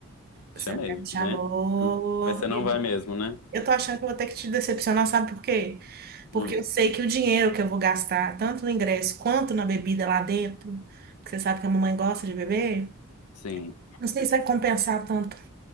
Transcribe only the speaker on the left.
Chamei,
né? Hum. Mas você não
vai mesmo, né?
Hum,
sim,